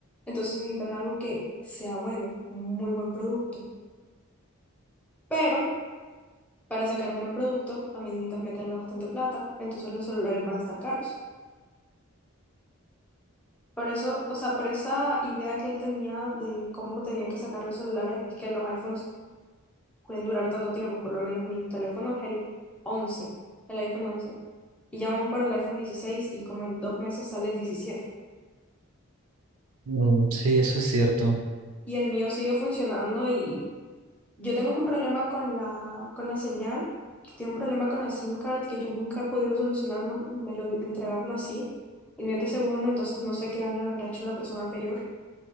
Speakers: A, in the centre; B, on the right (about 70°).
A: entonces necesitan algo que sea bueno, un muy buen producto. Pero para sacar un buen producto también necesitas meterle bastante plata, entonces los celulares van a estar caros. Por eso, o sea, por esa idea que él tenía de cómo tenían que sacar los celulares, es que los iPhones pueden durar tanto tiempo. Por lo menos mi teléfono es el 11, el iPhone once Y llaman para el iPhone dieciséis y como en dos meses sale el diecisiete
B: mm, sí, eso es cierto.
A: Y el mío sigue funcionando y yo tengo un problema con la, con la señal, que tengo un problema con la SIM card que yo nunca he podido solucionarlo. Me lo di- entregaron así. El mío es de segundo, entonces no sé qué daño le habrá hecho a la persona anterior.